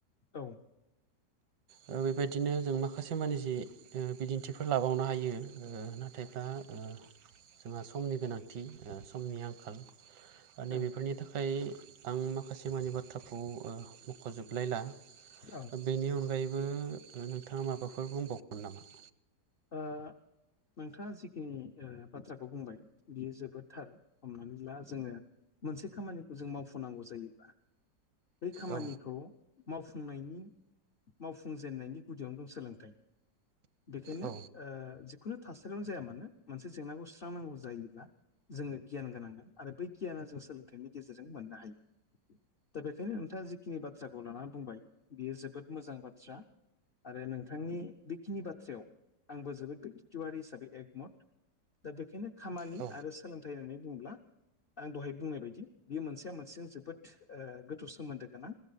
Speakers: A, on the left; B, on the right.
A: औ।
B: औ बेदिनो जों माखासे माने जे ओ बिदिन्थिफोर लाबावनो हायो। ओ नाथायब्ला ओ जोंहा समनि गोनांथि ओ समनि आंखाल नैबेफोरनि
A: ओं
B: थाखाय आं माखासे मानि बाथ्राखौ ओ मख'जोबनायला।
A: ओ।
B: बेनि अनगायैबो नोंथाङा माबाफोर बुंबावगोन नामा?
A: ओह नोंथाङा जिखिनि ओ बाथ्राखौ बुंबाय बियो जोबोदथार हमनानै ला जोङो मोनसे खामानिखौ जों मावफुनांगौ जायोबा बे खामानिखौ
B: औ
A: मावफुंनायनि मावफुंजेननायनि गुदियावनो दं सोलोंथाइ बेखायनो
B: औ
A: ओ जिखुनु थासारियावनो जाया मानो मोनसे जेंनाखौ सुस्रांनांगौ जायोब्ला जोङो गियान गोनांगोन आरो बै गियाना जों सोलोंथाइनि गेजेरजों मोननो हायो। दा बेखायनो नोंथाङा जिखिनि बाथ्राखौ लानानै बुंबाय बियो जोबोद मोजां बाथ्रा। आरो नोंथांनि बेखिनि बाथ्रायाव आंबो जोबोद बेतुवारि हिसाबै एकमथ दा बेखायनो खामानि
B: औ
A: आरो सो सोलोंथाइ होननानै बुंब्ला आं दहाय बुंनाय बायदि बि मोनसेया मोनसेजों जोबोद ओ गोथौ सोमोन्दो गोनां।